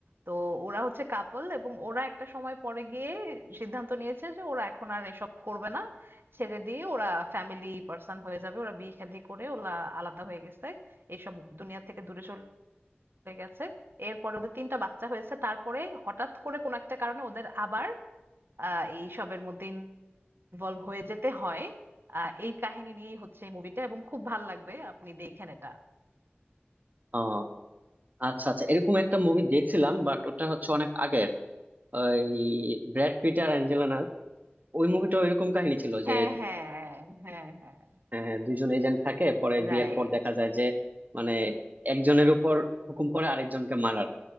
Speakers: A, on the right (about 60°); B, on the right (about 45°).
A: তো ওরা হচ্ছে কাপল এবং ওরা একটা সময় পরে গিয়ে সিদ্ধান্ত নিয়েছে যে ওরা এখন আর এসব করবে না ছেড়ে দিয়ে ওরা ফ্যামিলি পার্সন হয়ে যাবে ওরা বিয়ে শাদী করে ওরা আলাদা হয়ে গেছে এইসব দুনিয়া থেকে দূরে চলে গেছে এরপরে ওদের তিনটা বাচ্চা হয়েছে তারপরে হঠাৎ করে কোনো একটা কারণে ওদের আবার আহ এইসবের মধ্যে ইনভলভ হয়ে যেতে হয় আহ এই কাহিনী নিয়েই হচ্ছে মুভিটা এবং খুব ভাল লাগবে আপনি দেখেন এটা
B: ও আচ্ছা আচ্ছা এরকম একটা মুভি দেখছিলাম বাট ওটা হচ্ছে অনেক আগের ওই ব্র্যাড পিট আর অ্যাঞ্জেলিনার ওই মুভিটা এরকম কাহিনী ছিল
A: হ্যাঁ,
B: যে
A: হ্যাঁ, হ্যাঁ, হ্যাঁ,
B: হ্যাঁ দুইজন এজেন্ট থাকে পরে
A: right
B: বিয়ের পর দেখা যায় যে মানে একজনের উপর হুকুম পড়ে আরেকজনকে মারার